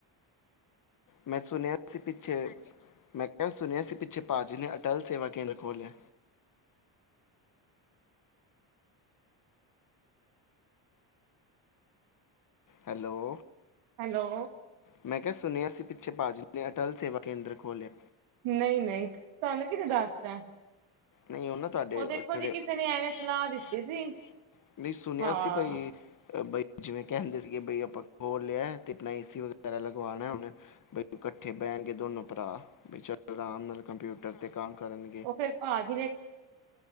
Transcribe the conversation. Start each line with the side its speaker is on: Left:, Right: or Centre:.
Left: ਮੈਂ ਸੁਣਿਆ ਸੀ ਪਿੱਛੇ ਹਾਂਜੀ ਮੈਂ ਕਿਹਾ ਸੁਣਿਆ ਸੀ ਪਿੱਛੇ ਭਾਜੀ ਨੇ ਅਟਲ ਸੇਵਾ ਕੇਂਦਰ ਖੋਲਿਆ। ਹੈਲੋ।
Right: ਹੈਲੋ।
Left: ਮੈਂ ਕਿਹਾ ਸੁਣਿਆ ਸੀ ਪਿੱਛੇ ਭਾਜੀ ਨੇ ਅਟਲ ਸੇਵਾ ਕੇਂਦਰ ਖੋਲ੍ਹਿਆ।
Right: ਨਹੀਂ ਨਹੀਂ ਤੁਹਾਨੂੰ ਕਿਨੇ ਦੱਸਤਾ।
Left: ਨਹੀਂ ਉਹਨਾਂ। ਤੁਹਾਡੇ
Right: ਉਹ ਦੇਖੋ
Left: ਜਿਹੜੇ
Right: ਜੀ
Left: ਨੱਹੀ ਕਿਸੇ ਨੇ ਐਵੇਂ ਹੀ ਸਲਾਹ
Right: ਦਿੱਤੀ
Left: ਦਿਤੀ
Right: ਸੀ,
Left: ਸੀ ਨਹੀਂ ਸੁਣਿਆ
Right: ਹਾਂ,
Left: ਸੀ ਬਾਈ ਬਈ ਜਿਵੇਂ ਕਹਿੰਦੇ ਸੀਗੇ ਬਈ ਆਪਾਂ ਖੋਲ ਲਿਆ ਤੇ ਆਪਣਾ ਏ ਸੀ ਵਗੈਰਾ ਲਗਵਾਉਣਾ ਹੁਨ। ਭਈ ਇਕੱਠੇ ਬਹਿਣਗੇ ਦੋਨੋ ਭਰਾ ਬਈ ਆਰਾਮ ਨਾਲ ਕੰਪਿਊਟਰ ਤੇ ਕੰਮ ਕਰਨਗੇ।
Right: ਫਿਰ ਪਾਜ।